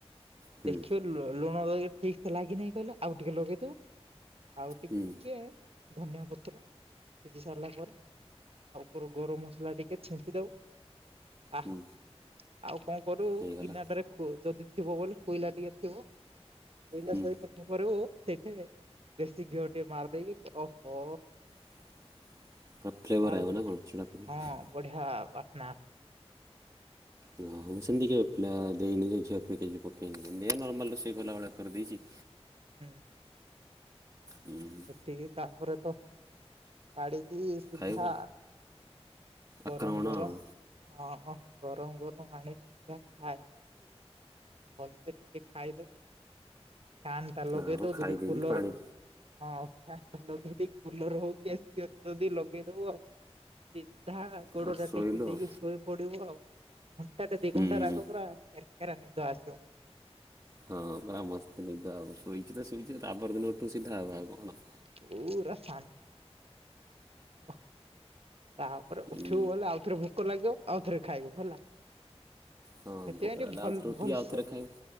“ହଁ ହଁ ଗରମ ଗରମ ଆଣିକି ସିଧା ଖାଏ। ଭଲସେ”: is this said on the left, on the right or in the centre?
Right